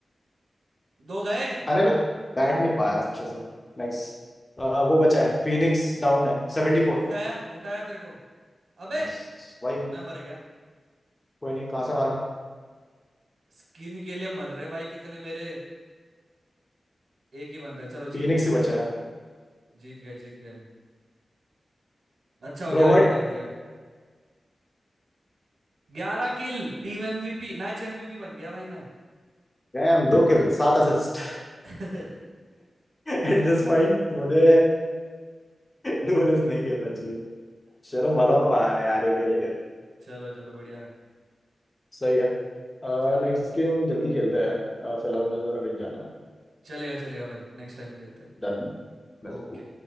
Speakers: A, on the right (about 90°); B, on the left (about 20°).
A: दो गए
B: अरे मैं बैठ नहीं पाया अच्छे से नाइस वो बचा है फिनिक्स डाउन है सेवेंटी फोर
A: उठाया उठाया तेरे को अबे
B: नाइस भाई
A: मैं मर गया
B: कोई नहीं कहाँ से मारा
A: स्किन के लिए मर रहे भाई कितने मेरे एक ही बंदा है चलो
B: फिनिक्स
A: जीत गए
B: ही बचा है
A: जीत गए जीत गए अच्छा हो
B: ब्रो
A: गया अल्ट कर दिया ग्यारह kill Team MVP match MVP बन गया भाई मैं
B: डैम दो किल सात असिस्ट
A: <laughs>
B: एट दिस पॉइंट <laughs> मुझे डुएलिस्ट नहीं खेलना चाहिए चलो मजा तो आया यार ये खेल के
A: चलो चलो बढ़िया
B: सही है
A: चलेगा
B: नेक्स्ट
A: भाई
B: गेम जल्दी खेलते हैं यार अह, फिलहाल मुझे जरा कहीं जाना है
A: चलेगा चलेगा भाई नेक्स्ट टाइम खेलते हैं
B: डन बिल्कुल।
A: ओके